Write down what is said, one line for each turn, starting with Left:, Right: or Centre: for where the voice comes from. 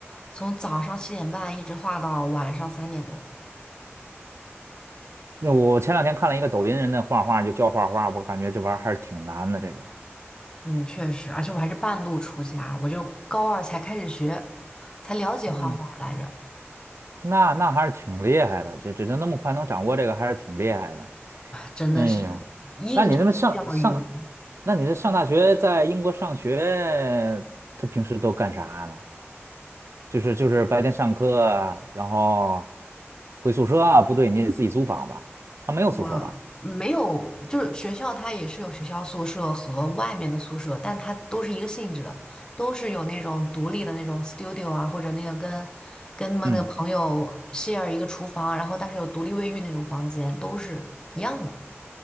Left: 从早上七点半一直画到晚上三点多。
Right: 那我前两天看了一个抖音人的画画，就教画画，我感觉这玩意儿还是挺难的。这个，
Left: 嗯，确实，而且我还是半路出家，我就高二才开始学，才了解画画来着，
Right: 嗯，那那还是挺厉害的，这这这那么快能掌握这个，还是挺厉害的。
Left: 真的是
Right: 哎呦，
Left: 应试教育。
Right: 那你那么上上，那你这上大学在英国上学，他平时都干啥呢？就是就是白天上课啊然后回宿舍啊，不对，你得自己租房吧？他没有宿舍吧？
Left: 我没有，就是学校它也是有学校宿舍和外面的宿舍，但它都是一个性质的，都是有那种独立的那种 studio 啊，或者那个跟跟他们那个朋友
Right: 嗯，
Left: share 一个厨房，然后但是有独立卫浴那种房间，都是一样的。